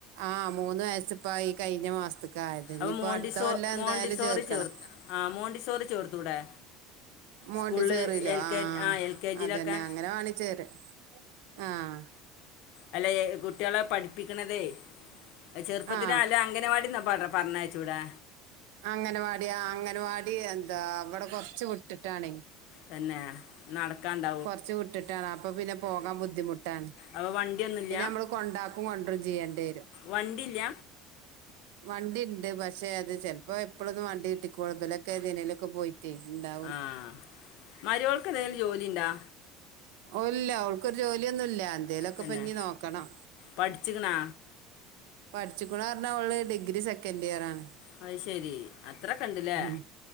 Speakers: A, on the right (about 80°); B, on the left (about 60°).
A: ആഹ് മൂന്ന് വയസ്സ് ഇപ്പായി ഈ കഴിഞ്ഞ മാസത്ക്ക്. ആയത്
B: അപ്പം
A: നി ഇപ്പോ
B: മോണ്ടിസോ
A: അടുത്ത കൊല്ലം എന്തായാലും
B: മോണ്ടിസോറി
A: ചേർക്കണം.
B: ചേർ ആ മോണ്ടിസോറി ചേർത്തൂടെ.
A: മോണ്ടി
B: സ്കൂളിൽ
A: സേറിലോ
B: എൽ
A: ആഹ്
B: കെ ആ എൽ കെ ജിയിലൊക്കെ
A: അതന്നെ അങ്ങനെ വാണിചേര ആഹ്.
B: അല്ലെ കുട്ടികളെ പഠിപ്പിക്കണതേ ചെറുപ്പത്തിലാ
A: ആ
B: അല്ല അംഗനവാടിന്നാ പറ പറഞ്ഞയ. ചൂടാ.
A: അംഗനവാടി ആ അംഗൻവാടി എന്താ അവിടെ കൊറച്ച് വിട്ടിട്ടാണെ
B: തന്നെ. നടക്കാണ്ട.
A: കൊറച് വിട്ടിട്ടാണ് അപ്പൊ പിന്നെ പോകാൻ ബുദ്ധിമുട്ടാണ്.
B: അപ്പ വണ്ടിൊന്നുല്ല.
A: പിന്നെ നമ്മള് കൊണ്ടാക്കും കൊന്റും ചെയ്യേണ്ടി വരും.
B: വണ്ടില്ല
A: <inaudible> വണ്ടിണ്ട് പക്ഷെ അത് ചിലപ്പോ എപ്പോഴൊന്നും വണ്ടി കിട്ടിക്കോളന്നില്ല ഇബലൊക്കെ ഏതനേലൊക്കെ പോയി. ട്ടെ എന്താ.
B: ആഹ് മരോൾക്ക് എന്തെങ്കിലും ജോലിണ്ടോ.
A: ഓ ഇല്ല ഓൾക്കൊരു ജോലിയൊന്നുല്ല എന്തേലൊക്കെ
B: തന്നെ
A: പഞ്ഞി നോക്കണം.
B: പഠിച്ചിക്കണാ
A: പഠിച്ചിക്ക്ണു പറഞ്ഞാ അവള് ഡിഗ്രി സെക്കൻഡ് ഇയർ ആണ്.
B: അത് ശരി അത്രണ്ടിലേ.
A: ഉം